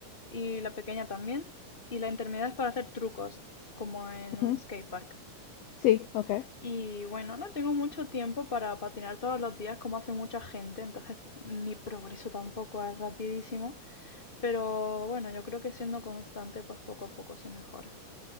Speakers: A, on the left (about 15°); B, on the left (about 70°).
A: y la pequeña también. Y la intermedia es para hacer trucos, como en un
B: Ujú.
A: skatepark.
B: Sí, ok.
A: Y bueno, no tengo mucho tiempo para patinar todos los días como hace mucha gente, entonces mi progreso tampoco es rapidísimo, pero bueno, yo creo que siendo constante, pues poco a poco se mejora.